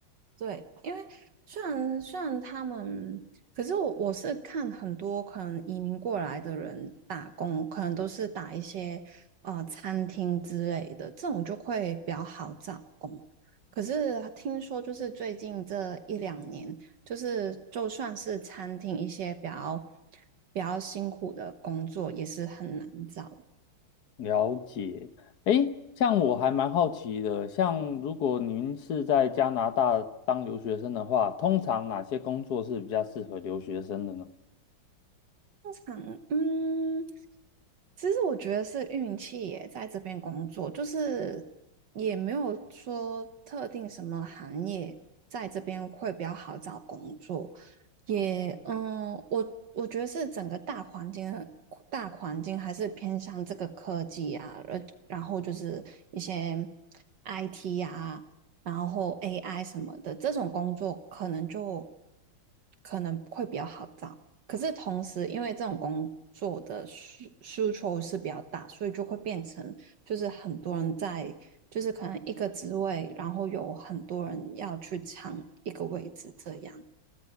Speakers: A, on the right (about 60°); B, on the left (about 55°).
A: 对，虽然虽然他们，可是我我是看很多可能移民过来的人打工，可能都是打一些呃餐厅之类的，这种就会比较好找。可是听说，就是最近这一两年，就是就算是餐厅一些比较比较辛苦的工作，也是很难找
B: 了解。诶，像我还蛮好奇的，像如果您是在加拿大当留学生的话，通常哪些工作是比较适合留学生的呢？
A: 常，嗯，其实我觉得是运气耶，在这边工作，就是也没有说特定什么行业在这边会比较好找工作，也，嗯，我我觉得是整个大环境大环境还是偏向这个科技啊，呃，然后就是一些 IT 啊。然后 AI 什么的这种工作，可能就可能会比较好找。可是同时，因为这种工作的需需求是比较大，所以就会变成就是很多人在，就是可能一个职位，然后有很多人要去抢一个位置，这样。